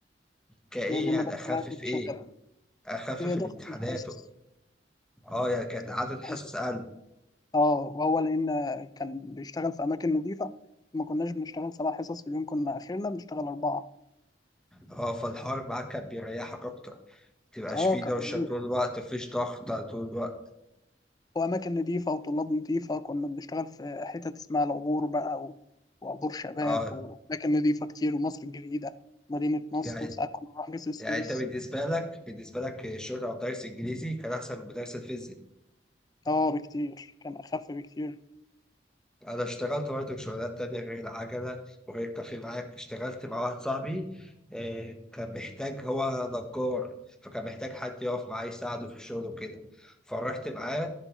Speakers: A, in the centre; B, on the left (about 20°).
A: كايه
B: لان المدرس
A: يعني اخفف
B: اللي انا كنت
A: ايه
B: شغال
A: اخفف
B: في ضغط
A: الامتحانات
B: الحصص
A: اه يعني كانت
B: لا
A: عدد حصص
B: حصص
A: اقل
B: اه وهو لان كان بيشتغل في اماكن نظيفه ما كناش بنشتغل سبع حصص في اليوم كنا اخرنا بنشتغل اربعه
A: اه فالحوار معاك كان بيريحك اكتر تبقاش
B: اه
A: فيه
B: كان
A: دوشة
B: مريح
A: طول الوقت مفيش ضغط طول الوقت
B: واماكن نظيفه وطلاب نظيفه كنا بنشتغل في حتت اسمها العبور بقى و... وعبور شباب
A: اه
B: واماكن نظيفه كتير ومصر الجديده مدينه نصر
A: يعني
B: وساعات كنا بنروح جسر السويس
A: يعني انت بالنسبة لك بالنسبة لك الشغل او درس انجليزي كان احسن من درس الفيزياء
B: اه بكتير كان اخف بكتير
A: انا اشتغلت برضه شغلانات تانية غير العجلة وغير كافيه معاك اشتغلت مع واحد صاحبي آه، كان محتاج هو نجار فكان محتاج حد يقف معاه يساعده في الشغل وكده فرحت معاه